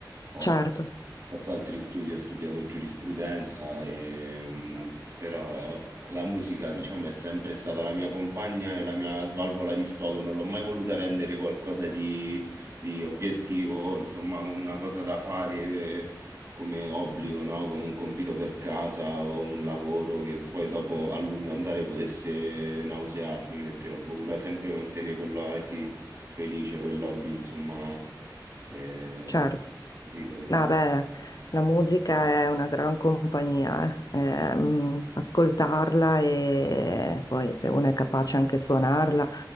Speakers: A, on the right; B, on the left.
A: Ho
B: certo.
A: fatto altri studi, ho studiato giurisprudenza, e, mm, però la musica, diciamo, è sempre stata la mia compagna e la mia valvola di sfogo, non l'ho mai voluta rendere qualcosa di, di obiettivo, insomma, una cosa da fare eh, come obbligo, no? Come un compito per casa o un lavoro che poi dopo a lungo andare potesse nausearmi, perché l'ho voluta sempre mantenere quell'oasi felice, quell'hobby, insomma, eh,
B: Certo,
A: capito che...
B: vabbè, la musica è una gran compagnia, eh. Ehm, ascoltarla e poi se uno è capace anche suonarla,